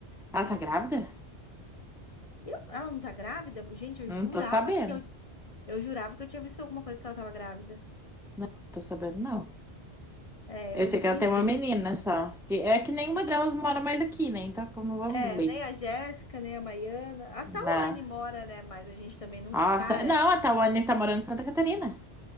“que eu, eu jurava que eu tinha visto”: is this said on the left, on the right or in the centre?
Left